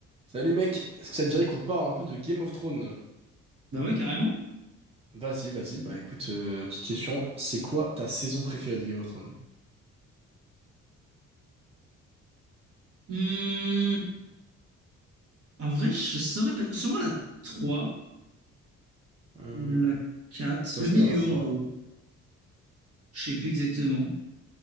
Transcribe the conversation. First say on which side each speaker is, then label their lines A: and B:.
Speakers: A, on the right; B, on the right.
A: Salut mec, est-ce que ça te dirait qu'on parle un peu de Game of Thrones?
B: Bah ouais, carrément.
A: Vas-y, vas-y, bah écoute, euh, petite question, c'est quoi ta saison préférée de Game of Thrones?
B: Hum, en vrai, je saurais pas. Sûrement la 3
A: Hum,
B: ou la quatre
A: parce
B: Le milieu,
A: que dans la 3,
B: en gros. Je sais plus exactement.